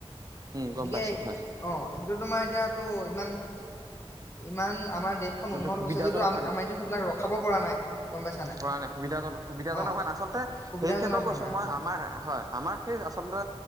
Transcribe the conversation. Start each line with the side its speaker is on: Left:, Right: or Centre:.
Right: উম
Left: গতিকে
Right: গম পাইছো
Left: অ
Right: হয় হয়
Left: সেইটো তোমাৰ এতিয়াতটো ইমান ইমান আমাৰ দেশখন
Right: আচলতে
Left: উন্নত
Right: সুবিধাজনক
Left: হৈছে যদিও আম এতিও সেইবিলাক ৰখাব পৰা নাই গম পাইছা
Right: কৰা নাই সুবিধাজন সুবিধাজনক
Left: অ
Right: হোৱা নাই আচলতে
Left: সুবিধাজনক
Right: সেই ক্ষেত্ৰত
Left: হোৱা
Right: কৈছো
Left: নাই
Right: মই
Left: অ
Right: আমাৰ হয় আমাৰ সেই আচলতে